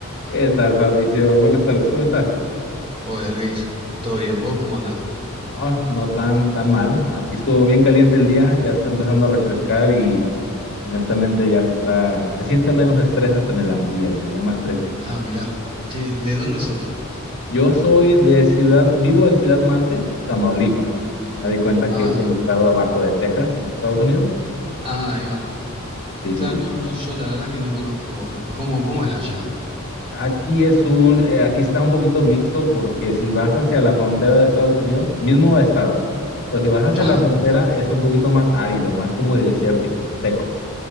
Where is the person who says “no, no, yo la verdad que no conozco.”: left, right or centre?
Right